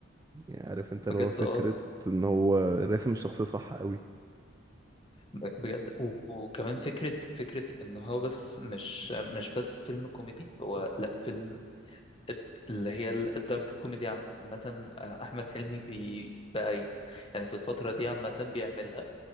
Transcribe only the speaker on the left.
بجد
اه
ب- بجد و- وكمان فكرة فكرة إن هو بس مش مش بس فيلم كوميدي هو لأ فيلم الد- اللي هي ال- الدارك كوميدي عامة آه، أحمد حلمي بي بقى ي- يعني في الفترة دي عامة بيعملها